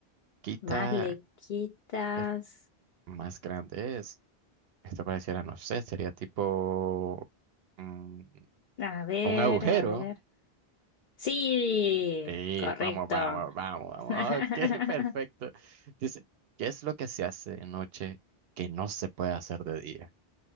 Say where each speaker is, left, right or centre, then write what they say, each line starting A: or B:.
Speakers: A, on the right (about 70°); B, on the left (about 55°).
A: quita,
B: Más le quitas.
A: eh, más grande es. Esto pareciera, no sé, sería tipo mm,
B: A ver,
A: un agujero.
B: a ver. Sí,
A: Eh,
B: correcto.
A: vamos, vamos, vamos, vamos.
B: <laughs>
A: Ok, <laughs> perfecto. Dice, ¿qué es lo que se hace de noche que no se puede hacer de día?